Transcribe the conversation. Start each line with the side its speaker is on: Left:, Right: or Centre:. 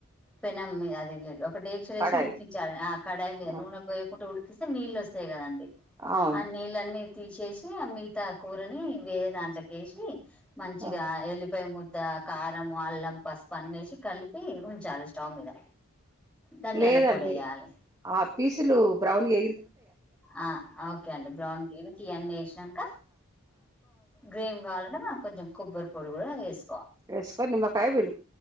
Centre: పెనం మీద అది ఒకటేంచేది
Right: కడాయి
Centre: ఉడికించాలి ఆ కడాయి మీద
Right: ఆ!
Centre: నూనె పోయకుండా ఉడికిస్తే నీళ్ళు వస్తాయి కదండి
Right: అవును
Centre: ఆ నీళ్ళన్నీ తీసేసి మిగతా కూరని వేరే దాంట్లకేసి మంచిగా
Right: ఆ!
Centre: ఎల్లిపోయ మో ద్ద కారం అల్లం పసుపు అన్నేసి కలిపి ఉంచాల స్టవ్ మీద ధనియాల
Right: లేదండి
Centre: పొడి వేయాలి
Right: ఆ పీసులు బ్రౌన్గే
Centre: ఆ ఆ ఓకే అండి బ్రౌన్ గకిివన్నీ వేసాక రెం కావాలంటే మనం కొంచెం కొబ్బరి పొడి కూడా వేస్
Right: ఎస్కొ నిమ్కాయ పిండ్